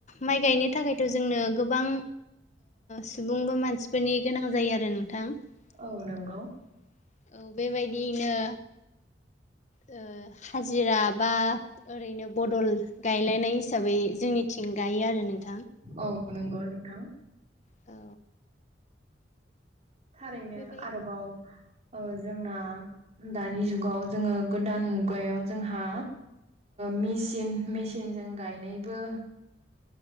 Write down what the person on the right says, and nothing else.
औ नंगौ
औ नंगौ नोंथां।
थारैनो
आरोबाव। जोंना दानि जुगाव जोङो गोदान मुगायाव जोंहा। मेसिन मेसिनजों गायनायबो।